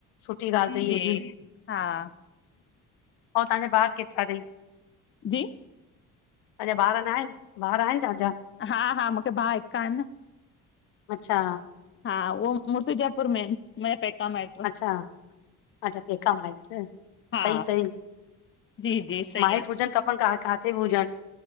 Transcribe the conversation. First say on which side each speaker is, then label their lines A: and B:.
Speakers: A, on the left (about 85°); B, on the left (about 30°).
A: सुठी ॻाल्हि अथई इहा
B: जी,
A: बि
B: हा।
A: अंउ तहांजा ॿार केतरा थई?
B: जी!
A: अञा ॿार न आहिन, ॿार नआहिन तंहांजा?
B: हा हा मूंखे भाउ हिकु आ न
A: अच्छा!
B: हा उहो मुर्सु जयपुर में आहिन, मुंजा पेका मा ए
A: अच्छा अच्छा, पेका माइट्र्,
B: हा
A: सई थई।
B: जी जी सही
A: माएट्र
B: आ
A: हुजनि खपनि, काथे ॿ हुजनि।